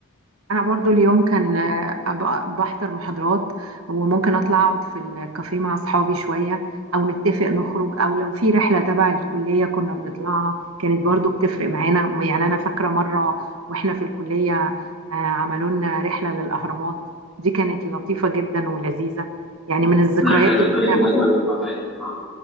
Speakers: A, on the right; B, in the centre.
A: انا برضو اليوم كان آه، أبقى بحضر محاضرات وممكن اطلع اقعد في الكافيه مع اصحابي شوية او نتفق نخرج او لو في رحلة تبع الكلية كنا بنطلعها كانت برضو بتفرق معانا يعني انا فاكرة مرة واحنا في الكلية آه، عملوا لنا رحلة للاهرامات دي كانت لطيفة جدا ولذيذة يعني من الذكريات
B: انا حياتي
A: اللي
B: كليه
A: انا
B: من اجمل المراحل اه